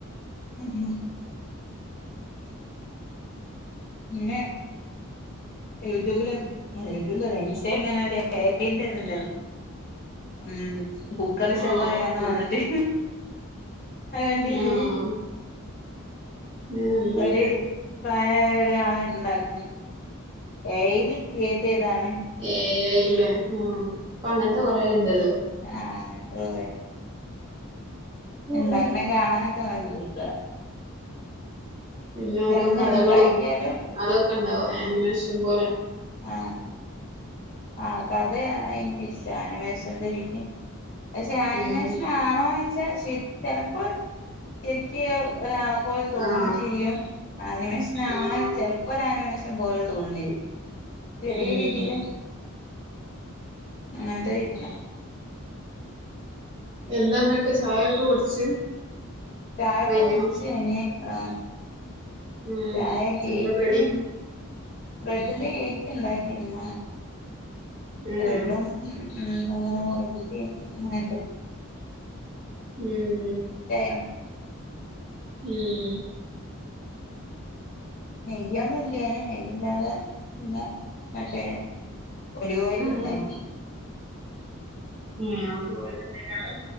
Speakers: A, on the left; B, on the right.
A: ഉം പിന്നെ യൂട്യൂബിലും യൂട്യൂബിലല്ല ഇൻസ്റ്റ ഇങ്ങനെ ഒരു എഐന്റെ ഇതേണ്ടല്ലോ. ഉം, കുക്കർ ശവായി
B: ആഹ്
A: അന്ന്
B: ഫുഡ്
A: പറഞ്ഞിട്ട്. അതേ കണ്ടില്ല
B: ആഹ്
A: ഇയ്യേ
B: ഞാൻ കണ്ടീല്ല
A: ഒരു പ്രയായ ഒരാള ഉണ്ടാക്കുന്ന് ഏ ഐയില് ക്രിയേറ്റ് ചെയ്താണ്.
B: ഏ ഐ ഇല്ലേ, ആ ഇപ്പൊ അങ്ങനത്തെ കൊറെേ ഉണ്ടല്ലോ..
A: ആ അങ്ങനത്തെ കൊറെ
B: ഉം
A: എണ്ടാക്കണെ കാണാനൊക്കെ നല്ല രസാണ്.
B: പിന്നെ
A: പക്ഷെ
B: ഓരോ
A: അങ്ങനെ
B: കഥകളും
A: ഇണ്ടാക്കിയാലും
B: അതൊക്കെ ഉണ്ടാവും, ആനിമേഷൻ പോലെ.
A: ആഹ് ആ, അപ്പ അതെ എനിക്ക് ഇഷ്ടം അനിമേഷന്റെ വീഡിയോ പക്ഷെ ആനിമേഷൻ
B: ഉം
A: ആണോന്ന് വെച്ചാ ശ ചെലപ്പോ ശരിക്കു ഒരാള ചിലപ്പോ തോന്ന
B: ആഹ്
A: ചെയ്യും. അനിമേഷനാണോ
B: ആഹ്
A: ചില പ്പോ ഒരു ആനിമേഷൻ പോലെ തോന്ന ചെയ്യും. ചെറിയ
B: ഉം
A: രീതില് അങ്ങനത്തെ <unintelligible>
B: എന്താ എന്നട്ട് ചായയൊക്കെ കുടിച്ച്.
A: ചായയൊക്കെ
B: കഴിഞ്ഞോ
A: കുടിച്ച് കഴിഞ്ഞ് <unintelligible>
B: ഉം
A: ചായ കേക്ക്
B: എന്താ കടി
A: ബ്രെഡിന്റെ കേക്ക് ഉണ്ടാക്കിനി ഇന്ന്.
B: ഉം
A: ബ്രഡും ഉം അങ്ങനെ
B: ഉം
A: <unintelligible> <unintelligible>
B: ഉം
A: നെയ്യൊന്നു ഇല്ലേനെ, നെയ്യില്ലാതെ പിന്നെ മറ്റേ ഒലീവ് ഓയിൽ
B: ഉം
A: ഉണ്ടാക്കി
B: ഏ ഒലിവ് ഓയിൽ ഉണ്ടാഞ്ഞേ അവിടെ.